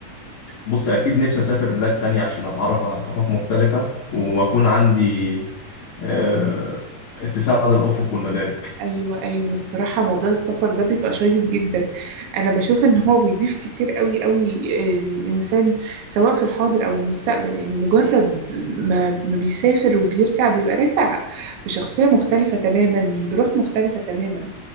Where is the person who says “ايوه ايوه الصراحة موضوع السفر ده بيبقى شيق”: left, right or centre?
Right